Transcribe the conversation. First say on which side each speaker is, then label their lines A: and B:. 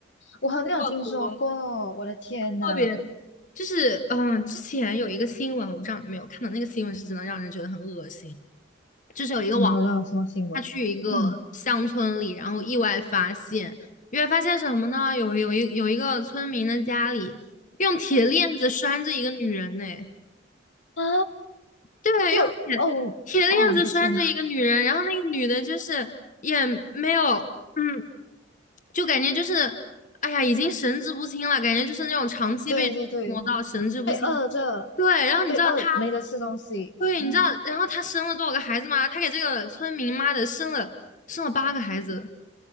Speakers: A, on the left; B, on the left.
A: 我好像有听说过，
B: 我
A: 我的天呐，
B: 特别。就是，嗯、之前有一个新闻，我不知道你有没有看到，那个新闻是真的让人觉得很恶心。就是有一个网红
A: 怎么了？什么新闻？
B: 他去一个乡村里，
A: 嗯，
B: 然后意外发现，意外发现什么呢？有有一有一个村民的家里用铁链子拴着一个女人呢，
A: 啊，
B: 对，
A: 就哦哦，
B: 用铁铁链子拴着一个女人，
A: 我的天呐，
B: 然后那个女的就是也没有，嗯，就感觉就是，哎呀，已经神志不清了，感觉就是那种长期被折磨到神志不清。
A: 对对对，被饿着。
B: 对，然后你知道他
A: 被饿没得吃东西，
B: 对，
A: 嗯
B: 你知道，然后他生了多少个孩子吗？他给这个村民妈的生了生了八个孩子，